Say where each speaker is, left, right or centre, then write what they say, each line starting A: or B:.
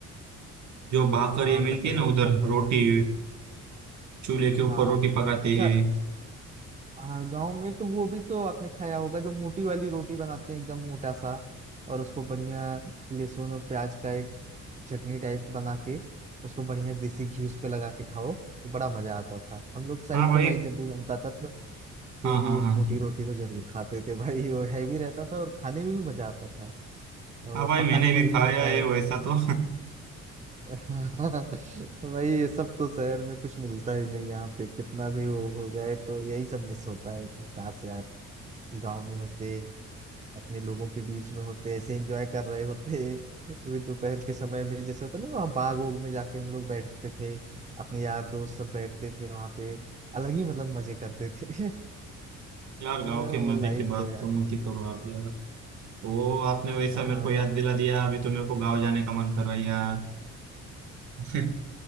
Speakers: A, on the right; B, on the right.
A: जो भाकर
B: हाँ
A: ये मिलती
B: लकड़ियों
A: है ना उधर
B: का बनता था
A: रोटी चूल्हे के ऊपर
B: हाँ
A: रोटी पकाते
B: अच्छा
A: हैं
B: हाँ गाँव में तो वो भी तो आपने खाया होगा जो मोटी वाली रोटी बनाते हैं एकदम मोटा सा और उसको बढ़िया लहसुन और प्याज का एक चटनी टाइप बना के उसको बढ़िया देसी घी उस पे लगा के खाओ तो बड़ा मजा आता था हम लोग साइड
A: हाँ भाई
B: तो भाई जब भी बनता था तो डेली
A: हाँ हाँ
B: एक
A: हाँ
B: मोटी रोटी तो जरूर खाते थे भाई वो हैवी रहता था और खाने में भी मजा आता था और
A: हाँ भाई
B: पका
A: मैंने
B: भी बढ़िया
A: भी खाया
B: रहता
A: है
B: है
A: वैसा तो
B: <laughs> भाई ये सब तो शहर में कुछ मिलता ही नहीं यहाँ पे कितना भी वो हो जाए तो यही सब मिस होता है कि काश यार गाँव में होते अपने लोगों के बीच में होते ऐसे एंजॉय कर रहे होते अभी दोपहर के समय में जैसे होता है ना वहाँ बाग ओग में जाके हम लोग बैठते थे अपने यार दोस्त सब बैठते थे वहाँ पे अलग ही मतलब मजे करते थे <laughs>
A: <laughs> यार गांव
B: आ,
A: के
B: वो
A: मजे
B: लाइफ
A: की बात
B: तो यार
A: तो मत ही करो आप यार वो आपने वैसा
B: आ,
A: मेरे को याद
B: यार
A: दिला दिया अभी तो मेरे को गांव जाने का मन कर रहा है यार <laughs>